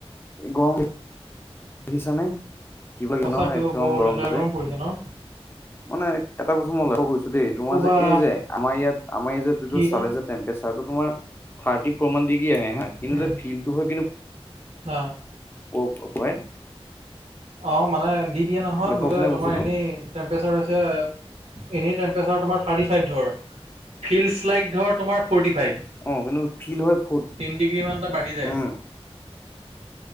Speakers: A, on the left; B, on the right.
A: গৰম দেখিছা নে? <unintelligible>
B: সঁচা সিও
A: একদম
B: বৰ
A: গৰমটো
B: লেতেৰা গৰম
A: যে।
B: পৰিছে ন'।
A: মানে এটা বস্তু মই লক্ষ্য কৰিছোঁ দেই
B: কি
A: তোমাৰ
B: ক'বা
A: যে এই যে আমাৰ ইয়াত আমাৰ যে এইটো
B: কি বা
A: চালে যে টেম্পচাৰটো তোমাৰ থাৰ্টি ফ'ৰ ডিগ্ৰী আহে হা, কিন্তু
B: উম
A: যে ফিলটো হয় কিন্তু
B: অ
A: <unintelligible>
B: অ' মানে দি দিয়ে নহয়
A: লক্ষ্য
B: বোলে
A: কৰিছা নে
B: তোমাৰ
A: বস্তুটো?
B: এনেই টেম্পেৰেচাৰ হৈছে, এনেই টেম্পেৰেচাৰ তোমাৰ থাৰ্টি ফাইভ ধৰ। ফিল্ড স্লাইড ধৰ তোমাৰ ফৰ্টি ফাইভ,
A: অ কিন্তু ফিল হয় ফ
B: টেন ডিগ্ৰীমান এটা বাঢ়ি যায়।
A: উম